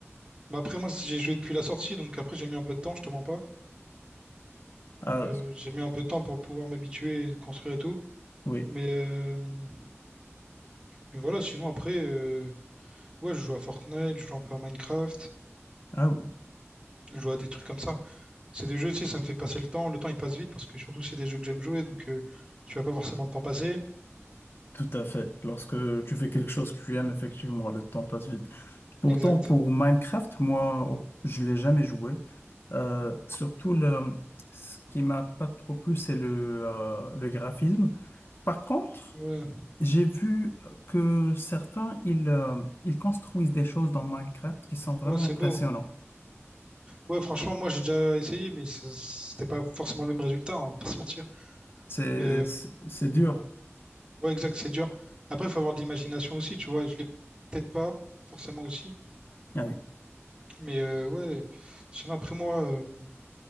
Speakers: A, on the right; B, on the left.
A: Bah après, moi, j'ai joué depuis la sortie, donc après, j'ai mis un peu de temps, je te mens pas.
B: Ah
A: Euh, j'ai mis un peu de temps pour pouvoir m'habituer et construire et tout.
B: oui,
A: Mais... euh, Mais voilà, sinon après, euh, ouais, je joue à Fortnite, je joue un peu à Minecraft,
B: ah oui,
A: je joue à des trucs comme ça. C'est des jeux, tu sais, ça me fait passer le temps. Le temps, il passe vite parce que surtout, c'est des jeux que j'aime jouer, donc euh, tu vas pas forcément le temps passer.
B: tout à fait. Lorsque tu fais quelque chose que tu aimes, effectivement, le temps passe vite. Pourtant,
A: Exact.
B: pour Minecraft, moi, oh, je l'ai jamais joué. Euh, surtout, le, ce qui m'a pas trop plu, c'est le, euh, le graphisme. Par contre,
A: Ouais,
B: J'ai vu euh, que certains, ils, euh, ils construisent des choses dans Minecraft qui sont vraiment
A: ouais, c'est
B: impressionnants.
A: beau. Ouais, franchement, moi, j'ai déjà essayé, mais ça- c'était pas forcément le même résultat, hein, on va pas se mentir.
B: C'est,
A: Mais euh,
B: c'est c'est dur.
A: ouais, exact, c'est dur. Après, il faut avoir de l'imagination aussi, tu vois, et je l'ai peut-être pas forcément aussi.
B: Ah oui,
A: Mais euh, ouais, sinon, après, moi, euh,